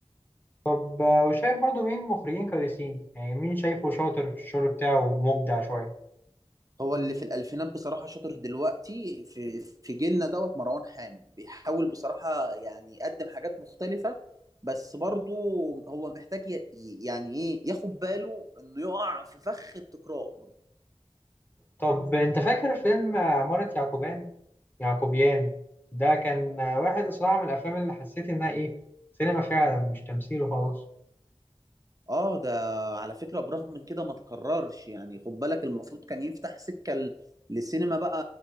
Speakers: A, on the left; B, on the right.
A: طب آه، وشايف برضو مين مخرجين كويسين يعني مين شايفه شاطر في الشغل بتاعه مبدع شوية
B: هو اللي في الألفينات بصراحة شاطر دلوقتي في في جيلنا دوت مروان حامد بيحاول بصراحة يعني يقدم حاجات مختلفة بس برضه هو محتاج ي- يعني ايه ياخد باله انه يقع في فخ التكرار
A: طب انت فاكر فيلم آه، عمارة يعقوبان يعقوبيان ده كان آه، واحد صراحة من الافلام اللي حسيت انها ايه سينما فعلا مش تمثيل وخلاص
B: اه ده على فكرة برغم من كده ما تكررش يعني خد بالك المفروض كان يفتح سكة ل- للسينما بقى